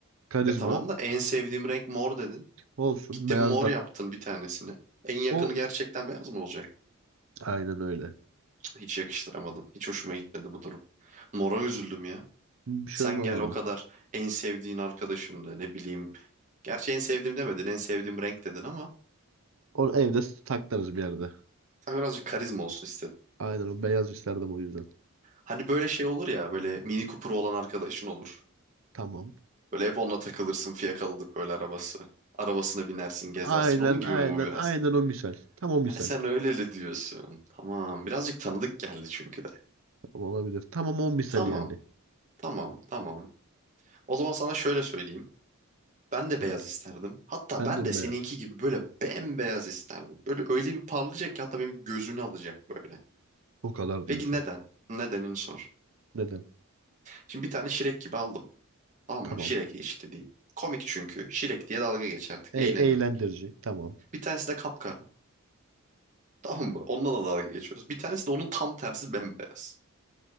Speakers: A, on the right; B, on the right.
A: Karizma
B: E tamam da en sevdiğim renk mor dedin.
A: olsun.
B: Gittin
A: Beyaz
B: mor
A: da.
B: yaptın bir tanesini. En yakını
A: O
B: gerçekten beyaz mı olacak?
A: aynen öyle.
B: Hiç yakıştıramadım. Hiç hoşuma gitmedi bu durum. Mora üzüldüm ya.
A: Bir şey
B: Sen
A: olmaz
B: gel
A: ona.
B: o kadar en sevdiğin arkadaşım da ne bileyim. Gerçi en sevdiğim demedin en sevdiğim renk dedin ama
A: Onu evde saklarız bir yerde.
B: sen birazcık karizma olsun
A: Aynen o beyaz isterdim o yüzden.
B: Hani böyle şey olur ya böyle Mini Cooper'ı olan arkadaşın olur.
A: Tamam.
B: Böyle hep onunla takılırsın fiyakalıdır böyle arabası. Arabasına binersin gezersin
A: Aynen
B: onun gibi
A: aynen
B: mi bu biraz?
A: aynen o misal. Tam o misal.
B: Ha, sen öyle öyle diyorsun. Tamam birazcık tanıdık geldi çünkü de.
A: Tamam, olabilir. Tamam o misal
B: Tamam
A: yani.
B: tamam tamam. O zaman sana şöyle söyleyeyim. Ben de
A: Ben
B: beyaz isterdim. Hatta
A: Efendim
B: ben de seninki
A: be.
B: gibi böyle bembeyaz isterdim. Böyle öyle bir parlayacak ki hatta benim gözünü alacak böyle.
A: O kadar diyorsun.
B: Peki neden? Nedenini sor.
A: Neden?
B: Şimdi bir tane şirek gibi aldım. Tamam
A: Tamam.
B: mı? Şirek işte diyeyim. Komik çünkü. Şirek diye dalga geçerdik.
A: E
B: Eğlenirdik.
A: eğlendirici. Tamam.
B: Bir tanesi de kapkara. Tamam mı? Onunla da dalga geçiyoruz. Bir tanesi de onun tam tersi bembeyaz.